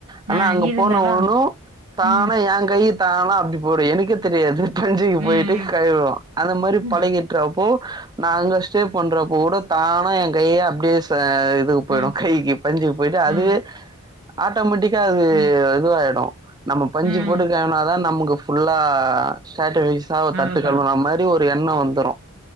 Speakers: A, on the right; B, on the right.
A: ஆனா
B: ஆ
A: அங்க
B: இருந்தாலு
A: போன ஒன்னு தானா
B: ம்
A: எங்கைய தானா அப்டி போய்டு எனக்கே தெரியாது பஞ்சுக்கு
B: ம்
A: போய்ட்டு கழுவுரோ அந்த மாரி
B: ம்
A: பழகிட்றப்போ நா அங்க ஸ்டே பண்றப்ப கூட தானா என் கைய அப்டே ச அ இதுக்கு போயிடு
B: ம்
A: கைக்கு பஞ்சுக்கு போய்ட்டு
B: ம்
A: அதுவே ஆட்டோமேட்டிக் கா அது
B: ம்
A: இதுவாயிடு நம்ம பஞ்சு
B: ம்
A: போட்டுக்கலேனாதா நமக்கு புல்லா சேட்ட <unintelligible> சாவ தட்டு
B: அதுதா
A: கழுவுனாமாரி ஒரு எண்ண வந்துரு